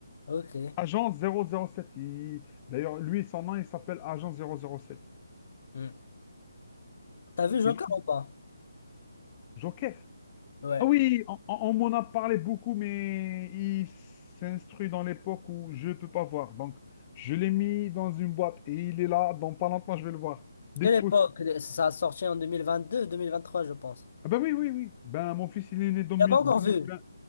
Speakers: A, on the left; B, on the left.
A: ok.
B: Agent 007, il- d'ailleurs, lui, son nom, il s'appelle Agent 007.
A: hmm. T'as vu Joker
B: Sinon,
A: ou pas?
B: Joker.
A: Ouais.
B: Ah oui, on, on- on m'en a parlé beaucoup, mais il s'instruit dans l'époque où je ne peux pas voir. Donc, je l'ai mis dans une boîte et il est là. Dans pas longtemps, je vais le voir. Dès
A: Quelle
B: que
A: époque?
B: possible.
A: Ça a sorti en 2022, 2023, je pense.
B: Ah ben oui, oui, oui. Ben, mon fils, il est né dans mi-
A: T'as pas encore
B: deux mille
A: vu?
B: vingt.